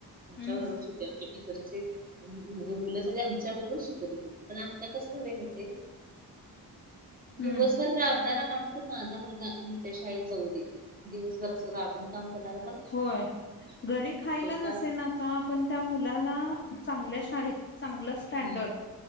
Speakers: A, on the right; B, on the left.
A: आमच्या
B: हम्म
A: बरोबरच होती आमची इतर म्हणजे मुलं सगळे आमच्या बरोबर शिकत होती पण आता कसं झाले. दिवसभर
B: हम्म
A: राबणारा माणूस तर माझा मुलगा्या शाळेत जाऊ दे दिवसभर अस राबून काम करणार.
B: होय घरी खायला नसे
A: का
B: ना का आपण त्या मुलाला चांगल्या शाळेत चांगलं स्टँडर्ड
A: हम्म